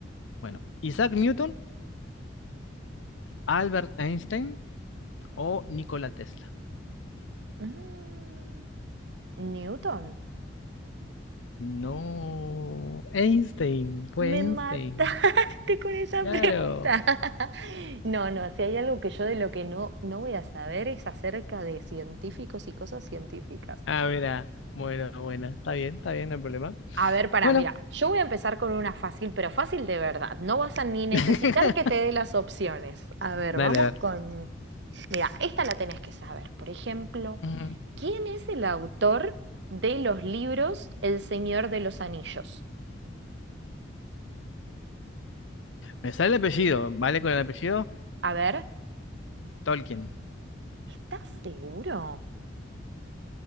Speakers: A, on the left; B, on the right.
A: Bueno, Isaac Newton, Albert Einstein o Nikola Tesla.
B: Mm, Newton.
A: No, Einstein, fue
B: Me
A: Einstein.
B: mataste <laughs> con esa
A: Claro.
B: pregunta. <laughs> No, no, si hay algo que yo de lo que no, no voy a saber es acerca de científicos y cosas científicas.
A: Ah, mira. Bueno, buena, Está bien, está bien, no hay problema.
B: A ver, para,
A: Bueno.
B: mira, yo voy a empezar con una fácil, pero fácil de verdad. No vas a ni necesitar
A: <laughs>
B: que te dé las opciones. A ver,
A: Dale,
B: vamos
A: a ver.
B: con... Mira, esta la tenés que saber. Por ejemplo,
A: Ujú.
B: ¿quién es el autor de los libros El Señor de los Anillos?
A: Me sale el apellido. ¿Vale con el apellido?
B: A ver,
A: Tolkien.
B: ¿estás seguro?